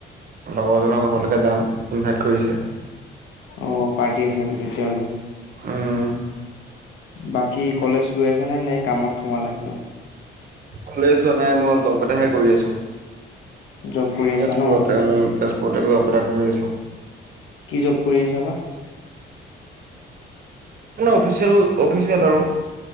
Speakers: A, on the right; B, on the left.
A: লগৰজনৰ ঘৰলৈকে যাম ইনভাইট কৰিছে
B: অ পাৰ্টি আছে আজি তেতিয়াহলে
A: উম
B: বাকী কলেজ গৈ আছ নে নে কামত সোমালা কিবা
A: কলেজ যোৱা নাই মই জৱ এটাহে কৰি আছোঁ।
B: জব কৰি আছা
A: তেজপুৰতে
B: ন
A: উ তেজপুৰ পৰটেক এটা উপৰটেক কৰি আছোঁ
B: কি জব কৰি আছা বা
A: অফিচিয়েল অফিচিয়েল আৰু